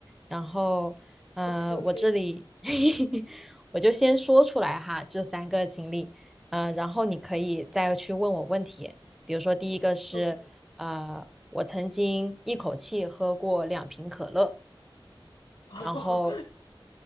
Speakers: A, in the centre; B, on the left (about 70°).
A: 然后，呃，
B: ，OK，OK，OK，
A: 我这里 <laughs> 我就先说出来哈，这三个经历，呃，然后你可以再去问我问题。比如说，第一个是，
B: <laughs>
A: 呃，我曾经一口气喝过两瓶可乐，
B: 哦，
A: 然后